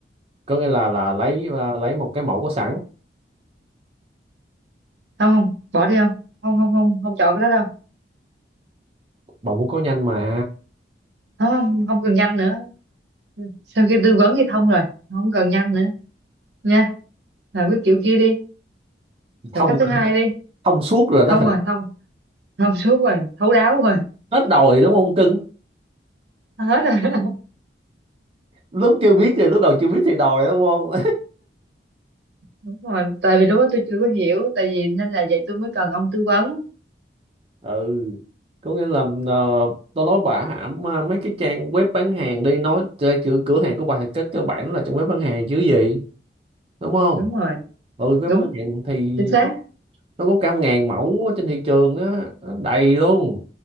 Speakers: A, on the right; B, on the right.
A: có nghĩa là là lấy à, lấy một cái mẫu có sẵn
B: Không, không, bỏ đi không? Không, không, không, không chọn cái đó đâu.
A: bà muốn có nhanh mà
B: Không, không, không cần nhanh nữa. Sau khi tư vấn thì thông rồi. Không cần nhanh nữa. Nha. Làm cái kiểu kia đi.
A: thông
B: Làm cách thứ hai đi.
A: thông suốt rồi đó
B: Thông rồi, thông. Thông suốt rồi, thấu đáo rồi.
A: <laughs> hết đòi đúng không cưng
B: Hết rồi. <laughs>
A: lúc chưa biết thì lúc đầu chưa biết thì đòi đúng không
B: Đúng rồi. Tại vì lúc đó tôi chưa có hiểu. Tại vì nên là vậy tôi mới cần ông tư vấn.
A: ừ có nghĩa là ờ, tôi nói bà hãm ờ, mấy cái trang web bán hàng đi nói chơi cửa cửa hàng của bà thì chắc cơ bản nó là trong web bán hàng chứ gì đúng không
B: Đúng rồi.
A: ừ web
B: Đúng.
A: bán hàng thì
B: Chính xác.
A: nó, nó có cả ngàn mẫu ở trên thị trường á nó đầy luôn